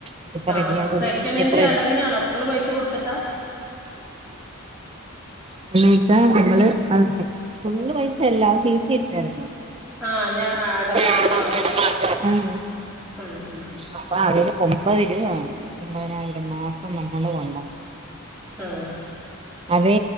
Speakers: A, on the right; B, in the centre.
A: ഇതിപ്പോ
B: ആഹ്
A: റെഡിയാകുന്നതിന്
B: ആഹ് സെക്കനൻഡ്
A: ഇനി എത്ര
B: അടവിനാണോ
A: രൂപ
B: ഫുള്ള് പൈസ കൊടുത്തിട്ടാ
A: എന്ന് വെച്ചാ നമ്മള് അത് <unintelligible> ഫുള്ള് പൈസ എല്ലാ അത് സിസി ഇട്ടായിരുന്നു.
B: ആഹ് ഞാ അട
A: <unintelligible>
B: അടവാവുംല്ലേ
A: അഹ്
B: ഉം ഉം
A: അപ്പാകെ ഒമ്പത് ഇരുവവേണം ഒമ്പതിനായിരം മാസം നമ്മള് ഒണ്ടാ
B: ആഹ്
A: അതേ